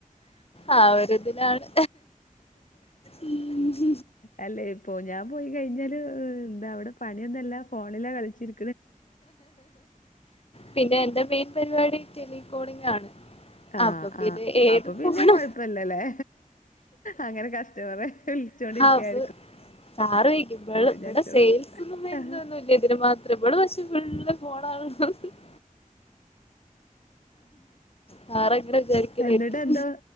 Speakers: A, on the left (about 45°); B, on the left (about 65°).
A: ആ ഒരിതിലാണ് ഉം
B: അല്ലെ ഇപ്പോ ഞാൻ പോയി കഴിഞ്ഞാല് എന്താ അവിടെ പണിയൊന്നല്ല ഫോണിലാ കളിച്ചിരി
A: പിന്നെ എന്റെ മെയിൻ പരിപാടി ടെലികോളിംങ്ങ് ആണ്
B: ആ
A: അപ്പൊ പിന്നെ
B: ആ
A: ഏത്
B: അപ്പൊ
A: ഫോണാ
B: പിന്നെ കൊഴപ്പല്ലല്ലേ അങ്ങനെ കസ്റ്റമറെ വിളിച്ചോണ്ടിരിക്കായിരിക്കും
A: അത് <unintelligible> ഇവള്
B: ന്ന് വിചാരിച്ചോളൂ
A: ഇവിടെ സെയിൽസ്ന്നും വരുന്നൊന്നല്ല
B: ആ.
A: ഇതിന് മാത്രം ഇവള് പക്ഷേ <unintelligible> സാറങ്ങനെ വിചാരിക്കലായിരിക്കും
B: എന്നിട്ട് എന്തോ